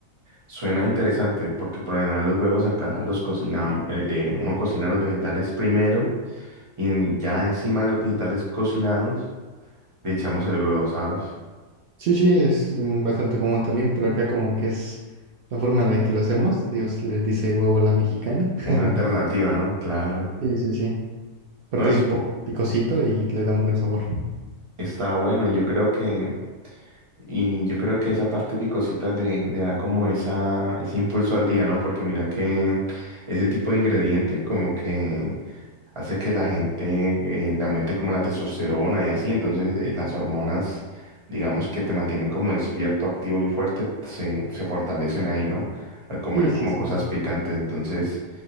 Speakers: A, on the right; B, on the right.
A: Suena interesante porque por lo general los huevos acá los cocinamos, eh, eh, uno cocina los vegetales primero y en- ya encima de los vegetales cocinados le echamos el huevo, ¿sabes?
B: Sí, sí, es mm, bastante común también, pero acá como que es la forma en la que lo hacemos. Dios les dice huevo a la mexicana. <laughs>
A: Una alternativa, ¿no? Claro.
B: Sí, sí, sí. Aparte
A: No, y
B: es un poco picosito y le da un buen sabor.
A: está bueno, y yo creo que, y yo creo que esa parte picosita le, le da como esa, ese impulso al día, ¿no? Porque mira que ese tipo de ingrediente como que hace que la gente eh, le aumente como la testosterona y así, entonces eh, las hormonas, digamos que te mantienen como despierto, activo y fuerte, se, se fortalecen ahí, ¿no? Al comer
B: Sí,
A: como
B: sí, sí.
A: cosas picantes, entonces...